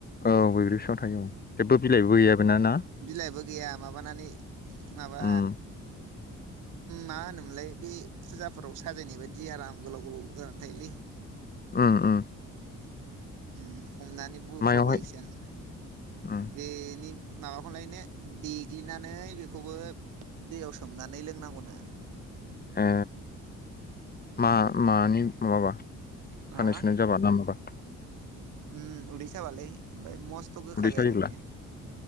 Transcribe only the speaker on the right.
बिलाइबो गैया माबानानै माबा
मा होनोमोनलाय बे फुजाफोराव साजायनाय बायदि आराम गोलाव गोलाव जानानै थायोलै
उ हमनानै बुंफ्रावलायसो
आं
बेनि माबाखौ लायनो देग्लिनानै बेखौबो दैयाव सोमनानै लोंनांगौनो
हा
उम उदै साबालाय ओमफ्राय मस्थ' गोखा
जायो
नो